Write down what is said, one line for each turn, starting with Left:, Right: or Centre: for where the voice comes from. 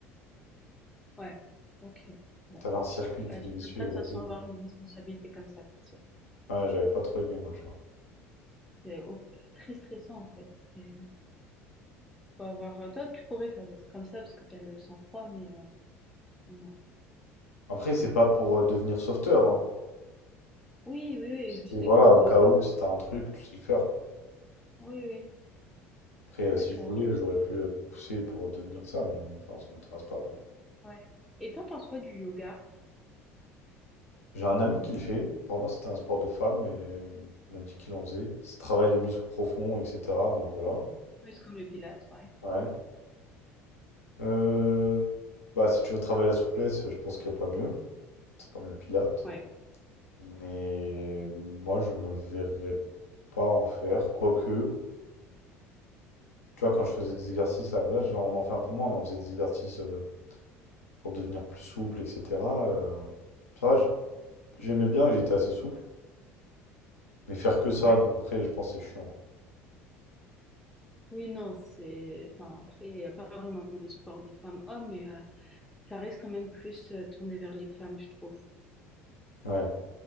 Centre: Ouais. Ok. Bon.
Left: T'avais un circuit
Centre: Bah,
Left: que tu devais
Centre: je ne
Left: suivre
Centre: veux pas de toute façon
Left: et tout.
Centre: avoir une responsabilité comme ça, perso.
Left: Ouais, j'avais pas trop aimé moi, tu vois.
Centre: C'est au- très stressant, en fait. C'est- Faut avoir... euh, Toi, tu pourrais faire des trucs comme ça parce que tu as le sang-froid, mais euh, non. non.
Left: Après, c'est pas pour euh, devenir sauveteur, hein.
Centre: Oui, oui, oui,
Left: C'était
Centre: juste les
Left: voilà,
Centre: cours
Left: au
Centre: de...
Left: cas où, si t'as un truc, tu sais le faire, quoi.
Centre: Oui, oui,
Left: Après, euh,
Centre: d'accord.
Left: si je voulais, j'aurais pu euh, pousser pour euh, devenir ça, mais enfin, ça m'intéresse pas. mais bon.
Centre: Ouais. Et t'en penses quoi du yoga?
Left: J'ai un ami qui le fait. Pour moi, c'était un sport de femme, mais il m'a dit qu'il en faisait. Ça travaille les muscles profonds, etc. Donc voilà.
Centre: Oui, c'est comme le pilates, ouais.
Left: Ouais. Euh, Bah, si tu veux travailler la souplesse, je pense qu'il n'y a pas mieux. C'est comme le pilates.
Centre: Ouais,
Left: Mais moi, je me verrais pas en faire. Quoique, tu vois, quand je faisais des exercices, à là, genre, on en fait un peu moins, mais on faisait des exercices euh, pour devenir plus souple, etc. euh, ça va, j- j'aimais bien et j'étais assez souple. Mais faire que ça,
Centre: ouais.
Left: non. Après, je pense que c'est chiant, quoi.
Centre: Oui, non, c'est... Enfin, après, il n'y a pas vraiment de sport de femmes-hommes, mais euh, ça reste quand même plus euh, tourné vers les femmes, je trouve.
Left: Ouais.